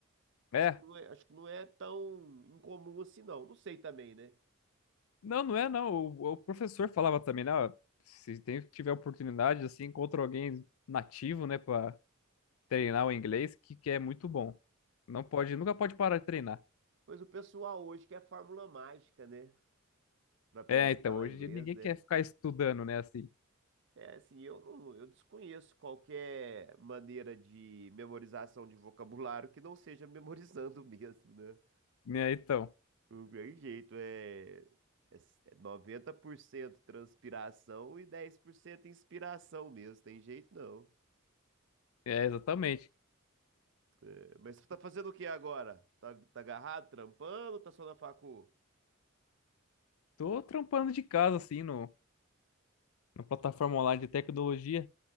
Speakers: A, on the left; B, on the right.
A: É.
B: Acho que não é, acho que não é tão incomum assim, não. Não sei também, né?
A: Não, não é não. O, o professor falava também, né? ó, Se tem, tiver oportunidade, assim, encontra alguém nativo, né, Pra treinar o inglês, que, que é muito bom. Não pode, nunca pode parar de treinar.
B: Mas o pessoal hoje quer fórmula mágica, né? Pra aprender
A: É, então,
B: a falar
A: hoje
B: inglês,
A: em dia ninguém
B: né?
A: quer ficar estudando, né, assim.
B: É, assim, eu não, eu desconheço qualquer maneira de memorização de vocabulário que não seja memorizando <laughs> mesmo, né?
A: né? então.
B: Não tem jeito, é, é s- é 90% transpiração e 10% inspiração mesmo, tem jeito não.
A: É, exatamente.
B: É, mas você tá fazendo o que agora? Tá, tá agarrado, trampando ou tá só na facu?
A: Tô trampando de casa, assim, no, na plataforma online de tecnologia.